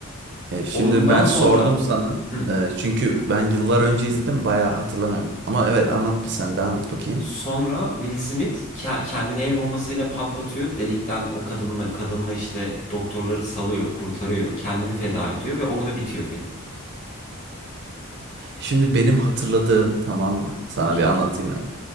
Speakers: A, on the right; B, on the left.
A: E, şimdi
B: Ondan
A: ben
B: sonra
A: sordum sana.
B: Hı.
A: e, çünkü ben yıllar önce izledim bayağı hatırlamıyorum. Ama evet anlat bir sen devam et bakayım.
B: Sonra Will Smith ke- kendini el bombasıyla patlatıyor. Delikten o kadınla kadınla işte doktorları salıyor, kurtarıyor, kendini feda ediyor ve orada bitiyor film.
A: Şimdi benim hatırladığım tamam mı? Sana
B: Okey.
A: bir anlatayım önce.